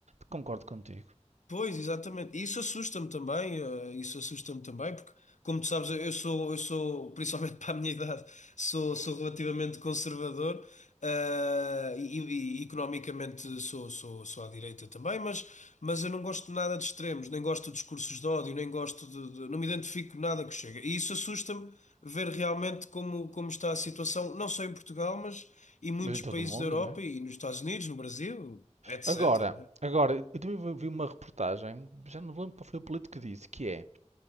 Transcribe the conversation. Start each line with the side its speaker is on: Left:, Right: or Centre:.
Right: Concordo contigo.
Left: Pois, exatamente. E isso assusta-me também, eh, isso assusta-me também, porque, como tu sabes, eu sou, eu sou, principalmente <laughs> para a minha idade, sou, sou relativamente conservador, eh, e, e economicamente sou, sou, sou à direita também, mas, mas eu não gosto de nada de extremos, nem gosto de discursos de ódio, nem gosto de, de- não me identifico nada que chega. E isso assusta-me ver realmente como, como está a situação, não só em Portugal, mas em muitos
Right: Mas em todo
Left: países
Right: o mundo,
Left: da Europa
Right: não é?
Left: e nos Estados Unidos, no Brasil, etc,
Right: Agora,
Left: né?
Right: agora, eu também vi uma reportagem, já não me lembro qual foi o político que disse, que é